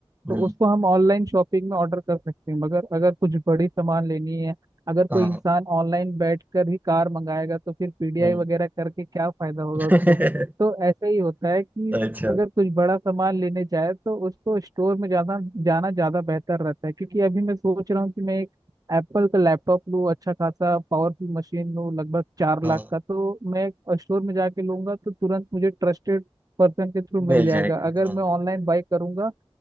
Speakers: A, on the right (about 20°); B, on the right (about 35°).
A: हम्म
B: तो उसको हम ऑनलाइन शॉपिंग में ऑर्डर कर सकते हैं मगर अगर कुछ बड़ी सामान लेनी है अगर कोई
A: हाँ
B: इंसान ऑनलाइन बैठकर ही कार मंगाएगा तो फिर पीडीआई
A: हम्म
B: वगैरह करके क्या फायदा होगा
A: <laughs>
B: उसको तो ऐसा ही होता है कि
A: अच्छा
B: अगर कुछ बड़ा सामान लेने जाए तो उसको स्टोर में जाना जाना ज्यादा बेहतर रहता है क्योंकि अभी मैं सोच रहा हूँ कि मैं एक एप्पल का लैपटॉप लूँ अच्छा खासा पावरफुल मशीन लूँ लगभग चार
A: हाँ
B: लाख का तो मैं स्टोर में जाके लूंगा तो तुरंत मुझे ट्रस्टेड पर्सन के थ्रू मिल
A: मिल
B: जाएगा
A: जाएगा
B: अगर
A: हाँ
B: मैं ऑनलाइन बाई करूंगा